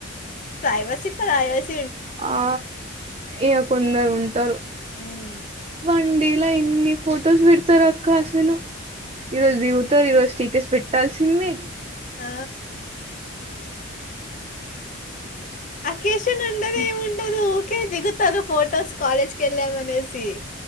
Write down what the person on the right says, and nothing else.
ఆ ఇగ కొందరుంటారు
వన్డేలా ఇన్ని ఫొటోస్ పెడతారు అక్క అసలు ఈ రోజు దిగుతరు ఈ రోజు స్టేటస్ పెట్టాల్సిందే
మ్